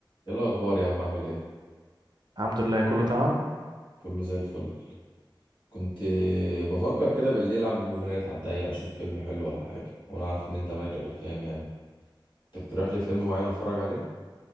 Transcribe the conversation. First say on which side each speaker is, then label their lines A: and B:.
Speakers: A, on the left (about 75°); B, on the right (about 55°).
A: ايه الاخبار يا عم عامل ايه
B: الحمد لله كله تمام
A: كله زي الفل كنت بفكر كده بالليل اعمل موفي نايت على الضيق اشوف فيلم حلو ولا حاجه وانا عارف ان انت ملك الافلام يعني تقترح لي فيلم معين اتفرج عليه